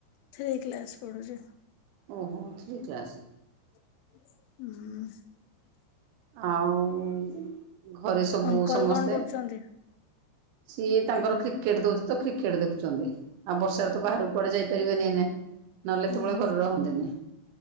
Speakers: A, on the left; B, on the right.
A: ଥ୍ରୀ କ୍ଲାସ ପଢୁଛି
B: ଓହୋ ଥ୍ରୀ କ୍ଲାସ।
A: ହୁଁ।
B: ଆଉ ଘରେ ସବୁ
A: ଅଙ୍କଲ
B: ସମସ୍ତେ?
A: କଣ କରୁଛନ୍ତି?
B: ସିଏ ତାଙ୍କର କ୍ରିକେଟ ଦଉଛି ତ କ୍ରିକେଟ ଦେଖୁଛନ୍ତି। ଆଉ ବର୍ଷାରେ ତ ବାହାରକୁ କୁଆଡେ ଯାଇପାରିବେନି ଏନେ। ନ ହେଲେ
A: ହୁଁ
B: ଏତେ ବେଳେ
A: ହୁଁ
B: ଘରେ ରହନ୍ତିନି।